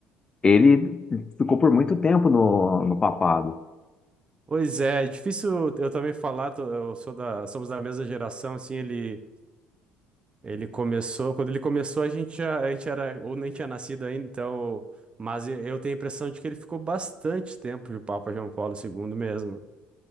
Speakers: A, on the left; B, on the right.
A: ele ficou por muito tempo no, no papado.
B: Pois é, é difícil eu também falar, tô- eu sou da, somos da mesma geração, assim, ele. Ele começou, quando ele começou, a gente já, a gente era, ou nem tinha nascido ainda, então, mas e- eu tenho a impressão de que ele ficou bastante tempo de Papa João Paulo II mesmo.